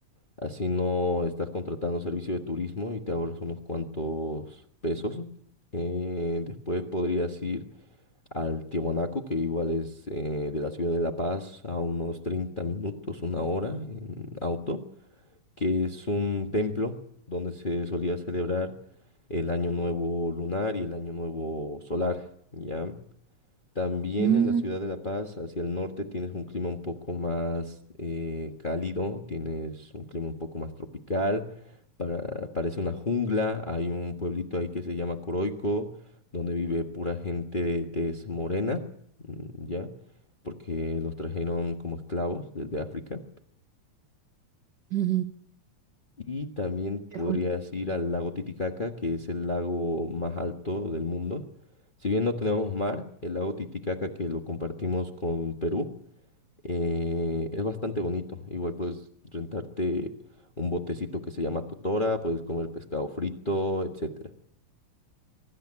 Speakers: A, on the left; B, on the right.
A: Así no estás contratando servicio de turismo y te ahorras unos cuantos pesos. Eh, después podrías ir al Tiahuanaco, que igual es eh, de la ciudad de La Paz a unos 30 minutos, una hora en auto, que es un templo donde se solía celebrar el Año Nuevo lunar y el Año Nuevo solar, ¿ya? También
B: Mm,
A: en la ciudad de La Paz, hacia el norte, tienes un clima un poco más eh, cálido, tienes un clima un poco más tropical, para- parece una jungla, hay un pueblito ahí que se llama Coroico, donde vive pura gente de tez morena, mm, ¿ya? Porque los trajeron como esclavos desde África.
B: ujú.
A: Y también
B: Qué
A: podrías
B: fuerte.
A: ir al lago Titicaca, que es el lago más alto del mundo. Si bien no tenemos mar, el lago Titicaca que lo compartimos con Perú, Eh, es bastante bonito. Igual puedes rentarte un botecito que se llama totora, puedes comer pescado frito, etcétera.